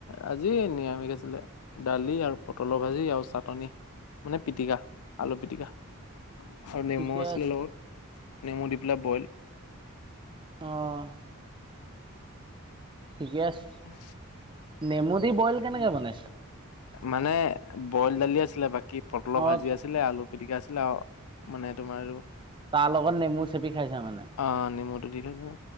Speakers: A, on the left (about 85°); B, on the right (about 20°).
A: আজি নিৰামিষ আছিলে দালি আৰু পটলৰ ভাজি আৰু চাটনি। মানে পিটকা আলু পিটকা। আৰু নেমু
B: ঠিকে
A: আছিলে
B: আছে
A: লগত নেমু দি পেলাই বইল
B: অ', ঠিকে আছে।
A: উম,
B: নেমু দি বইল কেনেকে বনাইছে?
A: মানে বইল দালি আছিলে বাকি পটলৰ
B: অঁ
A: ভাজি আছিলে আলু পিটিকা আছিলে আৰু মানে তোমাৰ
B: তাৰ লগত নেমু চেপি খাইছো মানে।
A: অ, নেমুটো দি খাইছো।